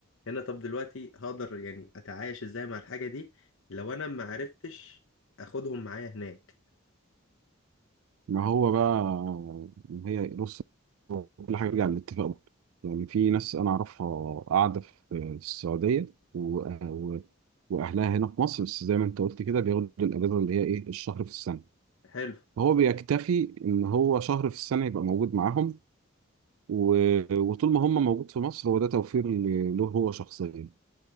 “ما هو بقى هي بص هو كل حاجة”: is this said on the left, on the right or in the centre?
Right